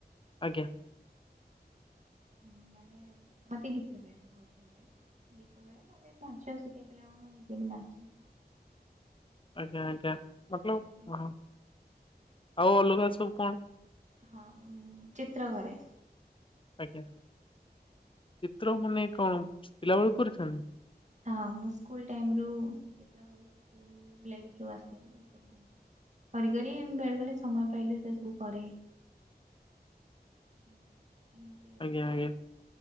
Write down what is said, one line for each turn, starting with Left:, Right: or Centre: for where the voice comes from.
Left: ଆଜ୍ଞା।
Right: ହୁଁ ମାନେ ମତେ ଗୀତ ଗାଇବାକୁ ବହୁତ ଭଲ ଲାଗେ। ଗୀତ ଗାଏ ନ ହେଲେ ନାଚ ଶିଖାଏ ପିଲା ମାନଙ୍କୁ ନିଜେ ବି ନାଚେ।
Left: ଆଜ୍ଞା ଆଜ୍ଞା ମତଲବ
Right: ଏଇଭଳି
Left: ହଁ ଆଉ ଅଲଗା ସବୁ କଣ।
Right: ହଁମ୍ ଚିତ୍ରକରେ।
Left: ଆଜ୍ଞା ଚିତ୍ର ମାନେ କଣ ଛୁ ପିଲା ବେଳୁ କରିଛନ୍ତି।
Right: ହଁ ମୁଁ ସ୍କୁଲ ଟାଇମ ରୁ ଚିତ୍ର କରେ ସ୍କୁଲ ଲାଇଫ ରୁ ଯୋଉ ଆସିଥିବେ ଏସବୁ। କରି କରି ବେଳେ ବେଳେ ସମୟ ପାଇଲେ ସେ ସବୁ କରେ। ହୁଁ ଏମିତି।
Left: ଆଜ୍ଞା ଆଜ୍ଞା।